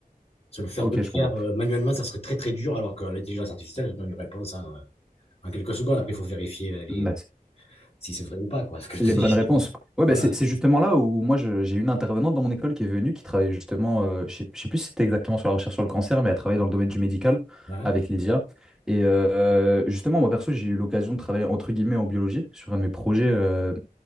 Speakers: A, on the left (about 40°); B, in the centre.
A: Se le faire,
B: Ok,
A: de le
B: je comprends.
A: faire euh, manuellement, ça serait très très dur, alors que l'intelligence artificielle, ça donne une réponse en, euh, en quelques secondes. Après, il faut vérifier euh, les-
B: Maths.
A: si c'est vrai ou pas, quoi, ce que je
B: Les
A: te dis.
B: bonnes réponses.
A: <laughs>
B: Ouais,
A: Voilà.
B: bah c'est c'est justement là où moi je- j'ai une intervenante dans mon école qui est venue, qui travaille justement, euh, je sais, je sais plus si c'était exactement sur la recherche sur le cancer, mais elle travaille dans le domaine du médical
A: Ouais.
B: avec les IA. Et euh, justement, moi perso, j'ai eu l'occasion de travailler entre guillemets en biologie sur un de mes projets. euh,